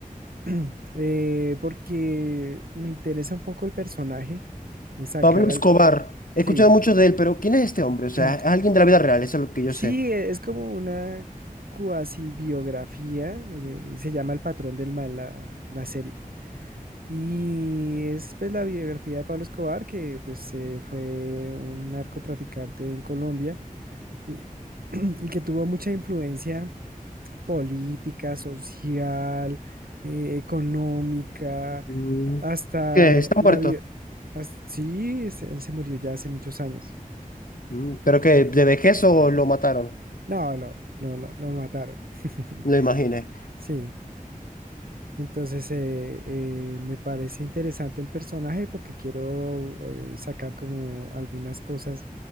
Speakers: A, on the right; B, on the left.
A: <clears throat> eh, porque me interesa un poco el personaje, y sacar
B: Pablo
A: al,
B: Escobar, he
A: sí,
B: escuchado mucho de él, pero ¿quién es este hombre? O sea,
A: <clears throat>
B: es alguien de la vida real, eso es lo que
A: sí,
B: yo sé.
A: e- es como una cuasi biografía, de- se llama El Patrón del Mal la la serie. Y es pues la biografía de Pablo Escobar, que pues eh, fue un narcotraficante en Colombia y, <clears throat> y que tuvo mucha influencia política, social, eh, económica,
B: Mm,
A: hasta
B: ¿Qué? ¿Está
A: la
B: muerto?
A: vida. hasta- sí, es- él se murió ya hace muchos años.
B: Mm, ¿Pero que ¿De vejez o lo mataron?
A: No, lo, lo, lo, lo mataron. <laughs>
B: Lo imaginé.
A: Sí. Entonces, eh, eh, me parece interesante el personaje porque quiero eh, sacar como algunas cosas